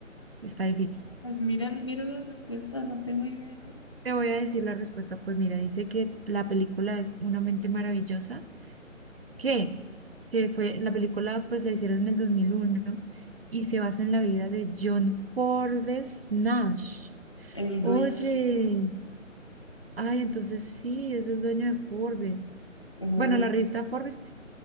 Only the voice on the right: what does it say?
está difícil.
Te voy a decir la respuesta, pues mira, dice que la película es Una mente maravillosa, que, que fue, la película pues la hicieron en el 2001 y se basa en la vida de John Forbes Nash.
Oye,
ay, entonces sí, es el dueño de Forbes.
Bueno, la revista
Forbes